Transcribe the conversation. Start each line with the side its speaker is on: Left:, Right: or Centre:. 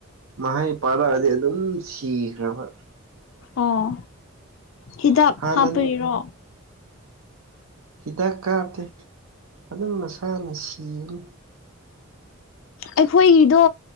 Right: ꯃꯍꯩ ꯄꯥꯟꯂꯛꯑꯗꯤ ꯑꯗꯨꯝ ꯁꯤꯈ꯭ꯔꯕ
Left: ꯑꯣ ꯍꯤꯗꯥꯛ
Right: ꯍꯥꯟꯅ
Left: ꯍꯥꯞꯄꯩꯔꯣ
Right: ꯍꯤꯗꯥꯛ ꯀꯥꯞꯇꯦ ꯑꯗꯨꯝ ꯃꯁꯥꯅ ꯁꯤꯕꯅꯤ
Left: ꯑꯩꯈꯣꯏꯒꯤꯗꯣ